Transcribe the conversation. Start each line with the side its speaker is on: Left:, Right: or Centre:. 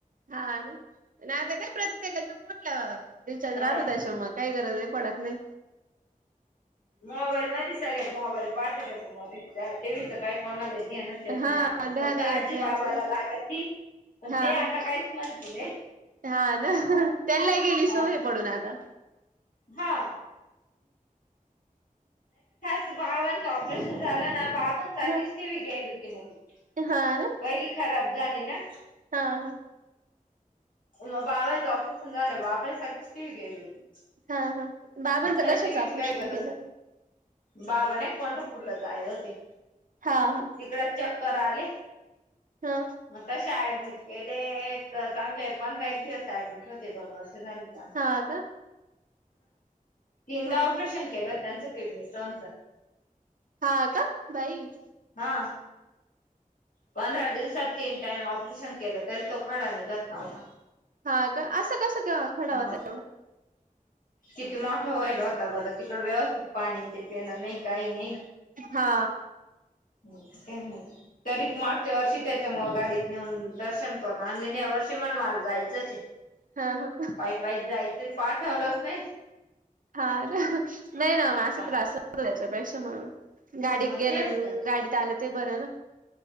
Right: हा नाही आता काय प्रत्येकाच्या फोन राहत
Left: अ
Right: हो त्याच्या मग, काय गरज आहे पडत नाही.
Left: मोबाईल मध्ये सगळ्यात मोबाईल पाठत त म टीव्हीत काय कोणालाे. नाही
Right: हा ध्यान
Left: फक्त
Right: येत
Left: आजी
Right: नाही
Left: बाबाला
Right: असं ना.
Left: लागत ती पण
Right: हा
Left: ते
Right: हा
Left: आता काहीच म्हणते नाही.
Right: हा ना त्यांना गेली
Left: हा
Right: सोय पडून आता.
Left: हा भावांच ऑपरेशन झाला ना, भावां साठीच
Right: हा
Left: टी व गेली होती नवी
Right: हा ना
Left: पहिली खराब झाले ना.
Right: हा हा
Left: मग बाबाचं ऑपरेशन झालं बापाईसाठीठीच टी व गेली होती.
Right: हा हा बाबांचा
Left: नाही
Right: कशाच
Left: टीव्हीची
Right: आॅपरेशन
Left: काय गरज
Right: केेलं.
Left: बाबा नाही एक पंढरपूरला जायला होते
Right: हा हा
Left: तिकड च कराले.
Right: हा
Left: मग तसे ऍडमिट केले तर चांगले पंधरा एक दिवस ऍडमिट होते दोन वर्ष तुम्हच झालं का.
Right: हा का
Left: तीनदा
Right: हा
Left: ऑपरेशन
Right: ह
Left: केलं त्यांचं किडनी स्टोनच
Right: हा का बाई.
Left: हा पंधरा दिवसात तीन टाइम ऑपरेशन केलं तरी तो खडा निघत नव्हता.
Right: हा का असं कसं केव खड होत्याय.
Left: मग किती मोठं होईल होता बरं तिकड व्यवस्थित पाणी ते पिणं नाही काही नाही.
Right: हा
Left: हो काय तरी मागच्या वर्षी त्यांच्यामुळे गाडीत नेऊन दर्शन करून आणली या वर्षी म्हण मला जायचंच आहे.
Right: हा ह
Left: पाय पाय जायचरी पाय ठेवलच नाही.
Right: हा नाही ना मां
Left: हा
Right: त्रासयच्यापेक्षा म्हणून गाडीत
Left: मग
Right: गेलं
Left: ते असत
Right: गाडीत आलं ते बरं ना